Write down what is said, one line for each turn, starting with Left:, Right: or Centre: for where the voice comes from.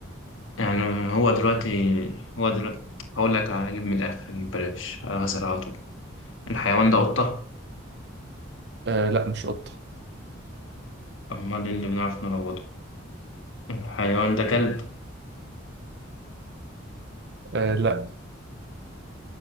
Left: يعني هو دلوقتي هو دلوقتي هقول لك هجيب من الآخر هجيب بلاش هسأل على طول الحيوان ده قطة
Right: آه لا مش قطة
Left: أمال إيه اللي بنعرف نروضه الحيوان ده كلب
Right: آه لا